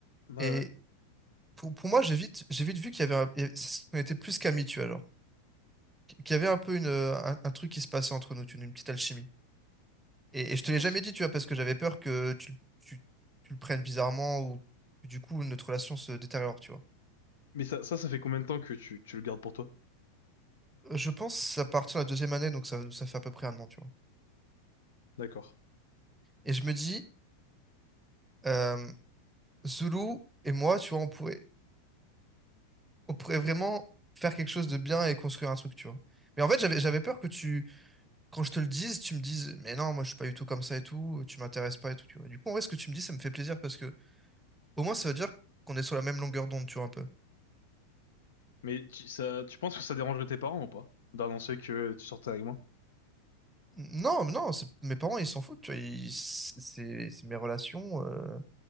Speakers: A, on the left; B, in the centre.
A: Ouais,
B: Et
A: ouais.
B: pour, pour moi, j'ai vite, j'ai vite vu qu'il y avait un- et c- qu'on était plus qu'amis, tu vois, alors. Qu'il y avait un peu une, euh, un, un truc qui se passait entre nous, tu vois, une petite alchimie. Et, et je te l'ai
A: Tu
B: jamais
A: res-
B: dit, tu vois, parce que j'avais peur que tu, tu, tu le prennes bizarrement ou que du coup, notre relation se détériore, tu vois.
A: Mais ça, ça, ça fait combien de temps que tu, tu le gardes pour toi?
B: Euh, Je pense à partir de la deuxième année, donc ça, ça fait à peu près un an, tu vois.
A: D'accord.
B: Et je me dis, euh, Zulu et moi, tu vois, on pourrait, on pourrait vraiment faire quelque chose de bien et construire un truc, tu vois. Mais en fait, j'avais, j'avais peur que tu, quand je te le dise, tu me dises, mais non, moi, je suis pas du tout comme ça et tout, tu m'intéresses pas et tout, tu vois. Du coup, en vrai, ce que tu me dis, ça me fait plaisir parce que au moins, ça veut dire qu'on est sur la même longueur d'onde, tu vois, un peu.
A: Mais tu, ça, tu penses que ça dérangerait tes parents ou pas? D'annoncer que tu sortais avec moi?
B: Non, mais non, c'est- mes parents, ils s'en foutent, tu vois, ils- c'est c'est- c'est mes relations. euh.